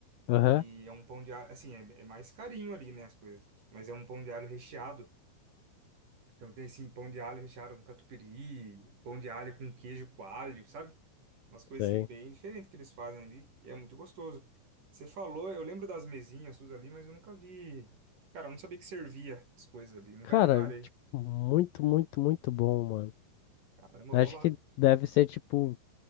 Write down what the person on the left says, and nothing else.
Aham,
sei.
Cara,
tipo, muito, muito, muito bom, mano.
Acho
que deve ser, tipo,